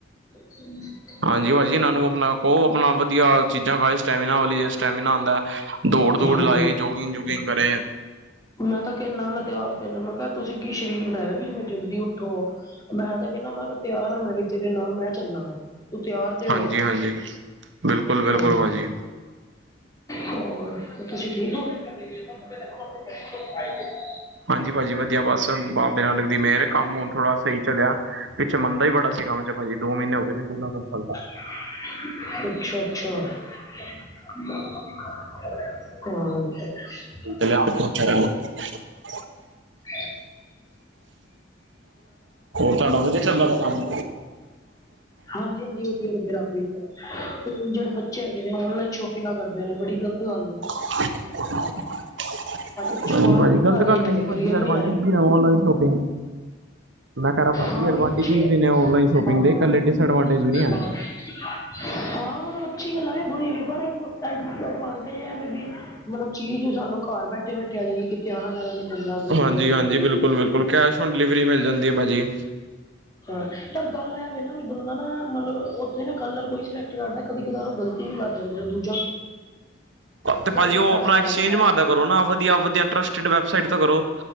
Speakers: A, on the left; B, on the right.
A: <unintelligible>
B: ਹਾਂਜੀ ਭਾਜੀ ਏਨਾਂ ਨੂੰ ਆਪਣਾ ਕੋ ਆਪਣਾ ਵਧੀਆ ਚੀਜ਼ਾਂ ਖਾਏ, ਸਟੈਮੀਨਾ ਵਾਲੀ ਜੇ ਸਟੈਮੀਨਾ ਆਂਦਾ। ਦੌੜ- ਦੂੜ
A: ਹਾਂਜੀ
B: ਲਾਏ, ਜੋਗਿੰਗ- ਜੂਗਿੰਗ ਕਰੇ।
A: ਮੈਂ ਤਾਂ ਕੈਨਾ ਮੈਂ ਤੇ ਆਪ ਕੈਨਾ, ਮੈਂ ਕਿਆ ਤੁਸੀਂ ਕੀ ਸਰੀਰ ਬਣਾਇਆ ਵੀ ਜਿਵੇਂ ਜਲਦੀ ਉੱਠੋ। ਮੈਂ ਤਾਂ ਕੈਂਦਾ ਮੈਂ ਕਿਆ ਤਿਆਰ ਆ ਮੈਂ ਵੀ ਤੇਰੇ ਨਾਲ ਮੈਂ ਚੱਲਾਂਗਾ। ਤੂੰ ਤਿਆਰ ਤੇ ਓ
B: ਹਾਂਜੀ ਹਾਂਜੀ ਬਿਲਕੁਲ ਬਿਲਕੁਲ
A: ਹਾਂਜੀ।
B: ਭਾਜੀ
A: ਹੋਰ ਤੁਸੀਂ ਠੀਕ ਓ। <unintelligible>
B: ਹਾਂਜੀ ਭਾਜੀ ਵਧੀਆ ਬੱਸ। ਬਾਬੇ ਨਾਨਕ ਦੀ ਮੇਰ ਏ ਕੰਮ ਹੁਨ ਥੋੜਾ ਸਈ ਚੱਲਿਆ, ਪਿੱਛੇ ਮੰਦਾ ਈ ਬੜਾ ਸੀ ਕੰਮ 'ਚ ਭਾਜੀ ਦੋ ਮਹੀਨੇ ਹੋ ਗੇ। ਕਿਨੇ ਦਿਨਾਂ ਤਕ ਚਲਦਾ।
A: <unintelligible> ਅੱਛਾ ਅੱਛਾ। <unintelligible>
B: <unintelligible>
A: <unintelligible> <unintelligible>
B: ਤੁਹਾਡਾ ਵਧੀਆ ਚੱਲਦਾ ਵਾ ਕੰਮ
A: ਹਾਂਜੀ ਹਾਂਜੀ ਵਧੀਆ ਵਧੀਆ ਰਬ ਦੀ ਦਆ। ਹੁਨ ਜੜੇ ਬੱਚੇ ਹੈਗੇ ਨੇ ਔਨਲਾਈਨ ਸ਼ੋਪਿੰਗਾਂ ਕਰਦੇ ਨੇ ਬੜੀ ਗਲਤ- ਗਲ ਏ।
B: <inaudible>
A: ਪਿੱਛੋਂ
B: ਨਈ
A: ਆਵਾਜ਼
B: ਭਾਜੀ
A: ਬਹੁਤ
B: ਗਲਤ
A: ਆ ਰਹੀ
B: ਗੱਲ
A: ਹੈ ਤੁਹਾਡੇ
B: ਵੀ ਨੀ
A: ਕਲੀਅਰ
B: ਭਾਜੀ। ਅਡਵਾਨਟੇਜ
A: ਨਹੀਂ ਆ ਰਹੀ
B: ਵੀ ਔਨਲਾਇਨ ਸੌ਼ਪਿੰਗ- ਮੈਂ ਕੈ ਰਾ ਭਾਜੀ
A: ਹਾਂ
B: ਐਡਵਾਂਟਜਿਜ
A: ਵੀ ਅੱਛੇ
B: ਵੀ ਨੇ ਔਨਲਾਈਨ ਸ਼ੋਪਿੰਗ
A: ਹਾਂ
B: ਦੇ ਕੱਲੇ ਡਿਸਐਡਵਾਂਟੇਜ ਵੀ ਨੀ ਆ।
A: ਹਾਂ, ਹਾਂ ਮਲਬ ਅੱਛੀ ਗੱਲਾਂ ਵੀ ਬੁਰੀ ਵੀ ਪਰ ਐਡਵਾਂਟੇਜਿ ਐ ਫਿਰ ਬੀ- ਮਲਬ ਚੀਜ਼ ਸਾਨੂੰ ਘਰ ਬੈਠੇ ਬੈਠੇ ਆ ਜਾਂਦੀ। ਕਿਤੇ ਆਣਾ ਜਾਣਾ ਨੀ ਪੈਂਦਾ ਗਰਮੀਆਂ
B: ਹਾਂਜੀ
A: 'ਚ
B: ਹਾਂਜੀ
A: ਜੋ ਵੀ।
B: ਬਿਲਕੁਲ ਬਿਲਕੁਲ ਕੈਸ਼ ਔਨ ਡਿਲੀਵਰੀ ਮਿਲ ਜਾਂਦੀ ਏ ਭਾਜੀ।
A: ਅ ਪਰ ਗੱਲ ਇਹਵੇ ਨਾ ਵੀ ਬੰਦਾ ਨਾ ਮਤਲਬ ਉੱਥੇ ਨਾ ਕਲਰ ਕੋਈ ਸਿਲੈਕਟ ਕਰਦਾ ਕਦੀ ਕਦਾ ਗਲਤ। ਵੀ ਕਰ ਜਾਂਦੇ ਨੇ ਦੁੱਖ।
B: ਤੇ ਭਾਜੀ
A: ਡਿਫਰੈਂਸ
B: ਉਹ ਆਪਣਾ
A: ਆ
B: ਐਕਸਚੇਂਜ
A: ਜਾਂਦਾ
B: ਮਾਰਦਾ ਕਰੋ ਨਾ ਵਧੀਆ ਵਧੀਆ ਟਰਸਟਡ ਵੈਬਸਾਈਟ ਤੋਂ ਕਰੋ।